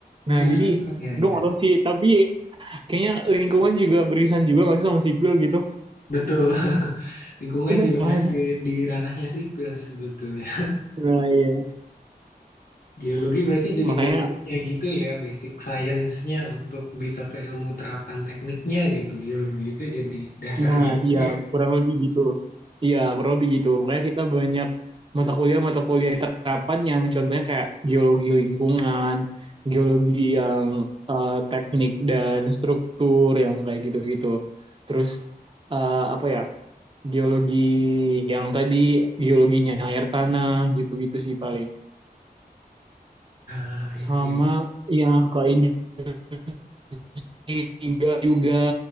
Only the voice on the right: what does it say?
nah jadi
dong atau tahu sih tapi kayaknya lingkungan juga beririsan juga nggak sih sama sipil gitu
iya
kan
nah iya
makanya
Nah,
iya,
kurang lebih gitu. Iya, kurang lebih gitu. Makanya kita banyak mata kuliah-mata kuliah terapan yang contohnya kayak geologi lingkungan, geologi yang eh, teknik dan struktur yang kayak gitu-gitu. Terus eh, apa ya? Geologi yang tadi, geologinya air tanah gitu-gitu sih paling
sama
ya ke Indonesia juga